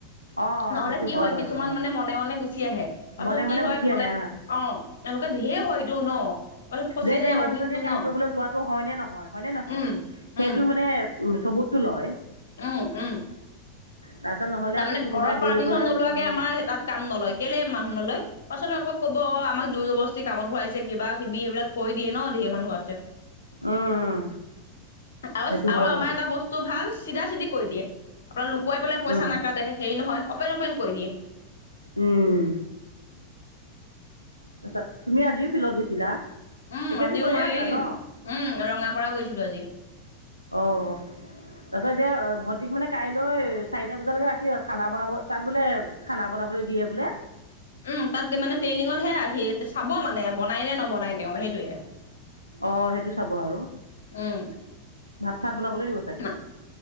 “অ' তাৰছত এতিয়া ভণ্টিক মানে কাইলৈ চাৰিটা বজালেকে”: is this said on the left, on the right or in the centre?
Left